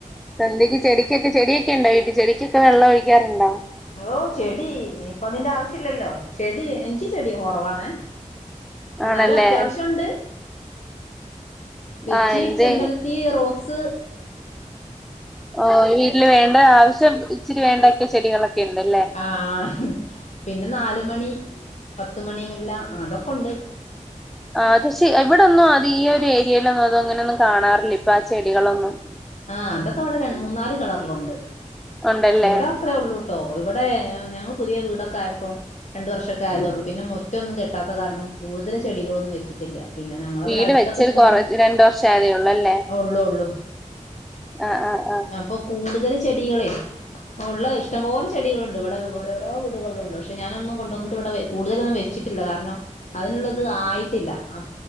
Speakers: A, in the centre; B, on the left.
A: സന്തിക്ക് ചെടിക്കൊക്കെ ചെടിയെക്കെ ഒണ്ടോ വീട്ടി ചെടിക്കൊക്കെ വെള്ളം ഒഴിക്കാറുണ്ടോ
B: ഓഹ് ചെടി ഇനിപ്പ അതിന്റെ ആവശ്യ ഇല്ലല്ലോ ചെടി എനിക്കി ചെടി കൊറവാണ് എന്നാലും
A: ആണല്ലേ
B: അത്യാവശ്യംണ്ട് തെച്ചി
A: ആഹ് എന്റെ
B: ചെമ്പര ഈ റോസ്
A: ഓഹ് വീട്ടില് വേണ്ട ആവശ്യം ഇച്ചിരി വേണ്ടോക്കെ ചെടികളൊക്കെ ണ്ട്ല്ലേ
B: ആഹ് പിന്നെ നാലുമണി പത്തുമണിമുല്ല അതൊക്കെ ഉണ്ട്
A: ആഹ് അത് ശെ ഇവിടെന്നും അത് ഈ ഒരു ഏരിയിലൊന്നും അത് അങ്ങനൊന്നും കാണാറില്ല ഇപ്പ ആഹ് ചെടികളൊന്നും
B: ആഹ് അതൊക്ക ഇവിട രണ്ട് മൂന്നാല് കളറ്ലുണ്ട്
A: ഉണ്ടല്ലേ
B: ഇവിട അത്രയേ ഉള്ളൂട്ടോ ഇവിടെ ഞങ്ങള് പുതിയ വീടൊക്കെ ആയപ്പോ രണ്ടു വർഷൊക്കെ ആയതോള്ളൂ പിന്നെ മുറ്റൊന്നും കെട്ടാത്ത കാരണം കൂടുതൽ ചെടികളൊന്നും വെച്ചിട്ടില്ല. പിന്നെ ഞങ്ങളവിടെ
A: വീട്
B: അടുത്തൊക്കെ
A: വെച്ചൊരു
B: ഇഷ്ടം
A: കൊറ രണ്ട് വർഷം ആയതേ ഉള്ളൂ അല്ലേ
B: ഉള്ളൂ ഉള്ളു.
A: ആഹ് ആഹ് ആഹ്
B: അപ്പൊ കൂടുതൽ ചെടികളെ ഉള്ള ഇഷ്ടം പോലെ ചെടികളുണ്ട്. ഇവിടെ ഓരോരോ വീടുകളിലുണ്ട് പക്ഷെ ഞാനൊന്നും കൊണ്ട് വന്നിട്ട് ഇവിടെ വെ കൂടുതലൊന്നും വെച്ചിട്ടില്ല കാരണം അതിനുള്ളത് ആയിട്ടില്ല അ